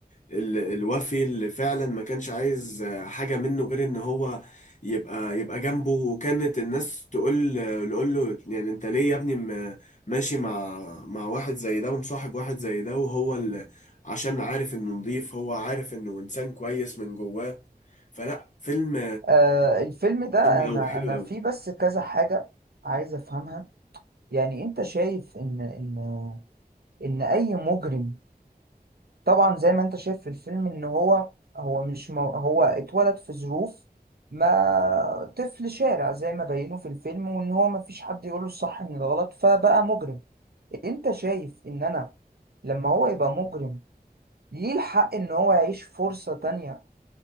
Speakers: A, on the left; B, on the right.
A: ال الوفي اللي فعلا ما كانش عايز حاجة منه غير ان هو يبقى يبقى جنبه وكانت الناس تقول تقول له يعني انت ليه يا ابني م- ماشي مع مع واحد زي ده ومصاحب واحد زي ده وهو اللي عشان عارف انه نضيف هو عارف انه انسان كويس من جواه فلا فيلم
B: آه الفيلم ده
A: فيلم قوي
B: أنا
A: حلو
B: أنا
A: قوي
B: فيه بس كذا حاجة عايز أفهمها يعني انت شايف ان ان ان اي مجرم طبعا زي ما انت شايف في الفيلم ان هو هو مش مو هو اتولد في ظروف ما طفل شارع زي ما بينوا في الفيلم وان هو ما فيش حد يقوله الصح من الغلط فبقى مجرم انت شايف ان انا لما هو يبقى مجرم ليه الحق ان هو يعيش فرصة تانية